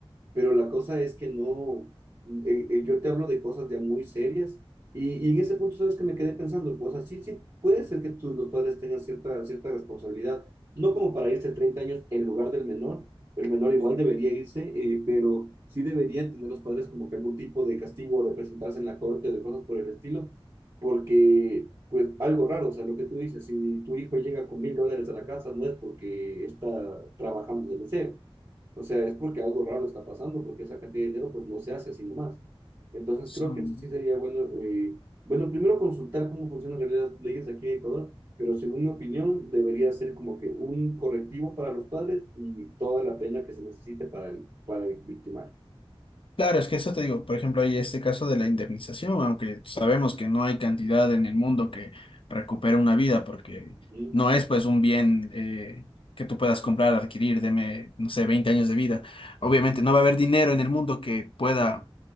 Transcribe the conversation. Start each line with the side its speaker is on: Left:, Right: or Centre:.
Right: pero la cosa es que no, eh, eh, yo te hablo de cosas ya muy serias y, y en ese punto sabes que me quedé pensando, o sea, sí, sí, puede ser que tus, los padres tengan cierta, cierta responsabilidad, no como para irse 30 años en lugar del menor, el menor igual debería irse, eh, pero sí deberían tener los padres como que algún tipo de castigo, de presentarse en la corte, de cosas por el estilo, porque pues algo raro, o sea, lo que tú dices, si tu hijo llega con mil dólares a la casa, no es porque está trabajando de mesero, o sea, es porque algo raro está pasando, porque esa cantidad de dinero pues no se hace así nomás. Entonces
Left: son
Right: creo que eso sí sería bueno, eh, bueno, primero consultar cómo funcionan en realidad las leyes aquí en Ecuador, pero según mi opinión debería ser como que un correctivo para los padres y toda la pena que se necesite para el, para el victimario.
Left: Claro, es que eso te digo, por ejemplo, hay este caso de la indemnización, aunque sabemos que no hay cantidad en el mundo que recupere una vida, porque
Right: Ujú.
Left: no es pues un bien eh, que tú puedas comprar, adquirir, deme, no sé, 20 años de vida. Obviamente no va a haber dinero en el mundo que pueda